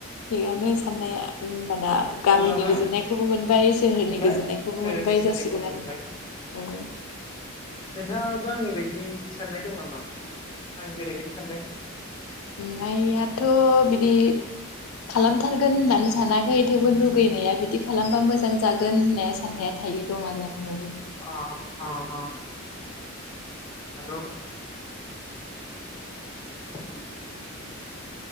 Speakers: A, on the left; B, on the left.
A: थिगानो साननाया होमबाना गामिनि
B: अब्लाना
A: गोजोननायखौबो मोनबाय सोहोरनि
B: मोनबाय
A: गोजोननायखौबो
B: सोरनि
A: मोनबाय
B: गोजोननायखौ
A: जासिगोन
B: मोनबाय
A: आरोना औ
B: नोंथाङाबो आंनि बायदि साननाय दं नामा? आं जेरैबायदि सानदों।
A: नयआथ' बिदि खालामथारगोन होननानै सानाखै थेवबो लुगैनाया बिदि खालामबा मोजां जागोन होननाया साननाया थायो दं आरो आंनियाव।
B: अ अ अ नोंगौ। <inaudible>